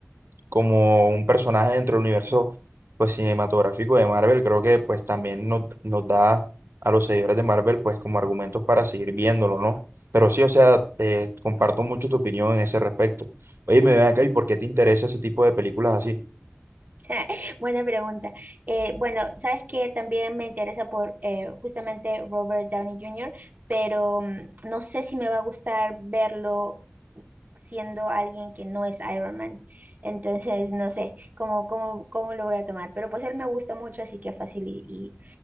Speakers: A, on the right; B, on the right.
A: como un personaje dentro del universo pues cinematográfico de Marvel, creo que pues también nos, nos da a los seguidores de Marvel pues como argumentos para seguir viéndolo, ¿no? Pero sí, o sea, eh, comparto mucho tu opinión en ese respecto. Oye, me ven acá y ¿por qué te interesa ese tipo de películas así?
B: <laughs> Buena pregunta. Eh, bueno, sabes que también me interesa por eh, justamente Robert Downey Jr., pero mm, no sé si me va a gustar verlo siendo alguien que no es Iron Man. Entonces, no sé cómo, cómo, cómo lo voy a tomar. Pero pues él me gusta mucho, así que fácil y, y,